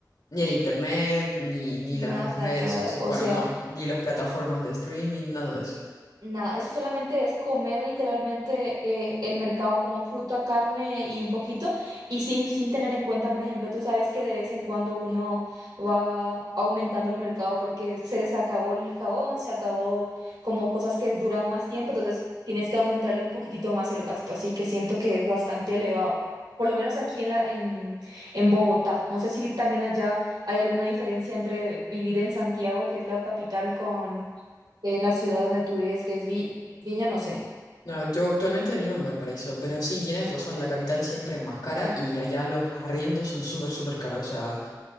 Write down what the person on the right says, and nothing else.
nada,
nada,
o
sea...
Nada, eso solamente es comer literalmente eh, el mercado como fruta, carne y un poquito, y sin, sin tener en cuenta, por ejemplo, tú sabes que de vez en cuando uno va aumentando el mercado porque se les acabó el jabón, se acabó como cosas que duran más tiempo, entonces tienes que aumentarle un poquitito más el gasto, así que siento que es bastante elevado, por lo menos aquí en la, en, en Bogotá. No sé si también allá hay alguna diferencia entre vivir en Santiago, que es la capital, con en la ciudad donde tú vives, que es Vi- Viña, no sé,